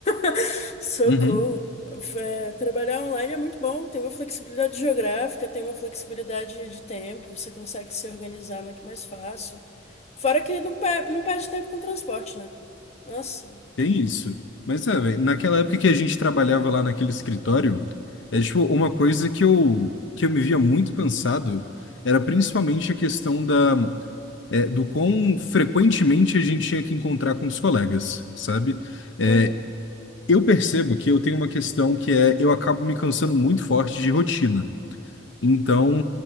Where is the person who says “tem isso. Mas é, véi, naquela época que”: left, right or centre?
Left